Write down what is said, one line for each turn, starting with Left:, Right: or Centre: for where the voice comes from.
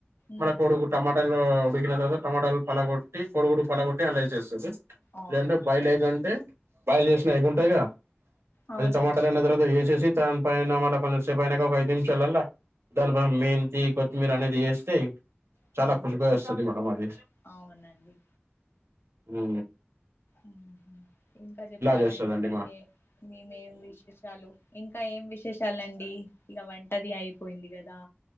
Left: ఉమ్,
Right: మళ్ళ కొడుగుడ్డు టమాటా <unintelligible> ఉడికిన తర్వాత టమాటాలు పలగొట్టి కోడిగుడ్డు పలగొట్టి అల్ల ఏసేస్తది
Left: అవునా
Right: లేదంటే బయల్ ఎగ్ అంటే బయలు చేసినా ఎగ్ ఉంటది కదా
Left: అవునండి
Right: అది టమాటాలైన తర్వాత వేసేసి దాని పైన మళ్ళ కొంచెం సేపు అయినాక ఒక ఐదు నిమిషాలల్లా <unintelligible> మెంతి కొత్మీర్ అనేది వేస్తే
Left: హమ్
Right: చాలా ఖుషుగా
Left: అంతే
Right: వస్తది మేడం అది
Left: అవునండి
Right: ఉ
Left: ఉహు ఇంకా చెప్పాలండి
Right: చేస్తదండి
Left: మీకే
Right: మా
Left: మేమేం విశేషాలు ఇంకా ఏం విశేషాలండి ఇక వంటది అయి పోయింది కదా